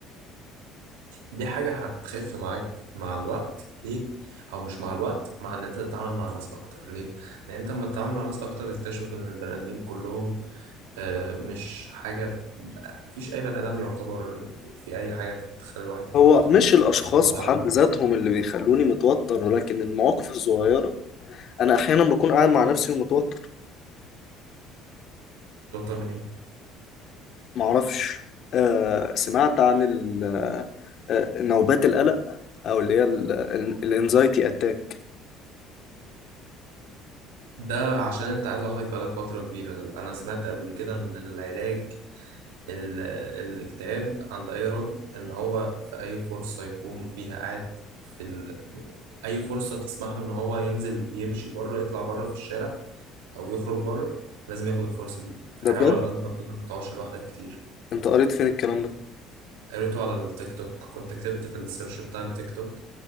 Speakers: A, on the right; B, on the left.
A: دي حاجة هتخف معاك مع الوقت ليه؟ أو مش مع الوقت مع إن أنت تتعامل مع ناس أكتر ليه؟ لأن أنت لما تتعامل مع ناس أكتر تكتشف إن البني آدمين كلهم آه، مش حاجة مفيش أي بني آدم يعتبر في, في أي حاجة تخلي الواحد يتوتر
B: هو مش الاشخاص
A: ما تعرفش
B: بحد ذاتهم اللي بيخلوني متوتر ولكن المواقف الصغيره انا احيانا بكون قاعد مع نفسي ومتوتر
A: تتوتر من إيه
B: معرفش آه سمعت عن ال- آه، نوبات القلق او اللي هي الانزايتي اتاك
A: ده عشان أنت قاعد لوحدك بقالك فترة كبيرة أنا سمعت قبل كده إن العلاج ال- الاكتئاب عند أي راجل إن هو في أي فرصة يكون فيها قاعد في ال... أي فرصة تسمح له إن هو ينزل يمشي بره يطلع بره في الشارع أو يخرج بره لازم ياخد الفرصة دي حاول
B: ده بجد
A: على قد ما تقدر ما تقعدش لوحدك كتير
B: انت قريت فين الكلام ده
A: قريته على التيك توك كنت كتبت في السيرش بتاع التيك توك